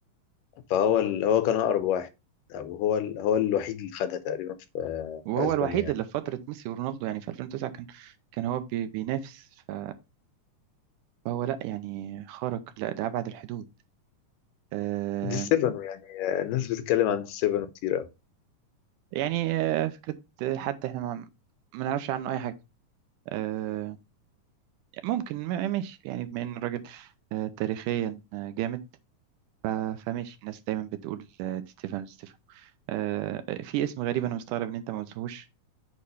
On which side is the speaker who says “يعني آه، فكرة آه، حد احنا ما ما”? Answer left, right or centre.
Right